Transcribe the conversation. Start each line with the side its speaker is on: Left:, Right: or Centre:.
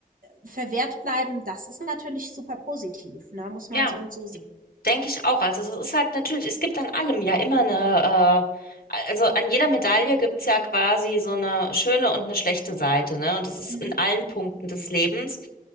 Right: verwehrt bleiben, das ist natürlich super positiv, ne? Muss man
Left: Ja,
Right: so und so sehen.
Left: denke ich auch. Also das ist halt natürlich, es gibt an allem ja immer eine, äh, also an jeder Medaille gibt es ja quasi so eine schöne und eine schlechte Seite, ne? Und das ist
Right: Mhm,
Left: in allen Punkten des Lebens.